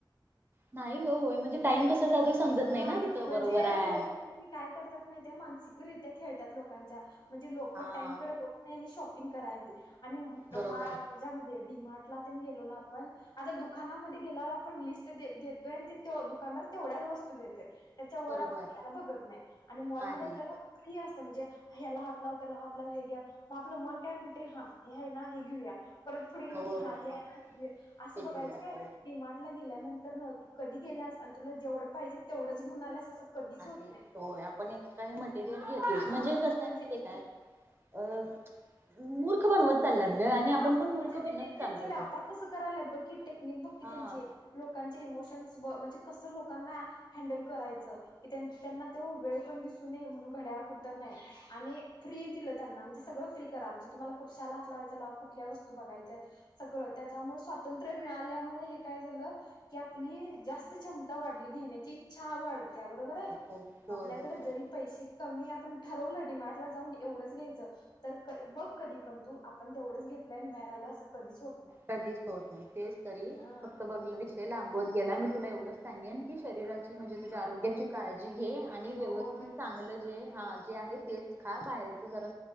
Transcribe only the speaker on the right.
नाही ग होय म्हणजे टाइम कसं जातोय समजत
नाही ना तिथं
बरोबर आहे
हा
बरोबर
बरोबर
नाही
हो
बरोबर
ते
घेऊया
हो
तोय
आपण एक्स्ट्रा हे मटेरियल घेतेस
म्हणजे कसं
आहे ते काय अ मूर्ख बनवत चालत ग आपण
पण मूर्ख
बनत चाललोय
बघ
हा
हो होय
बरोबर
कधीच होत नाही तेच तरी
फक्त बघ वि ते लांबवत गेला मी तुला एवढंच सांगेन की शरीराची म्हणजे तुझ्या आरोग्याची काळजी घे आणि
व्यवस्थित
चांगलं जे ह जे आहे तेच खा बाहेरच जरा